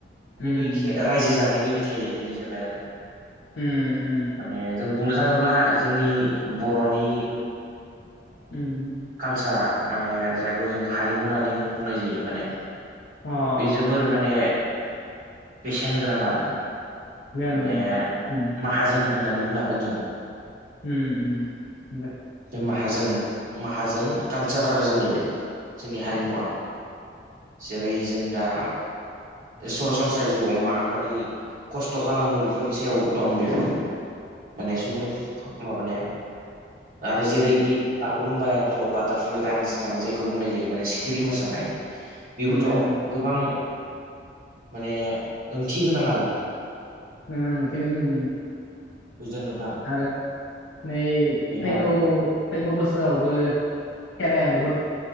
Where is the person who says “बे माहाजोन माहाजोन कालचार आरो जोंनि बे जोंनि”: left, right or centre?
Right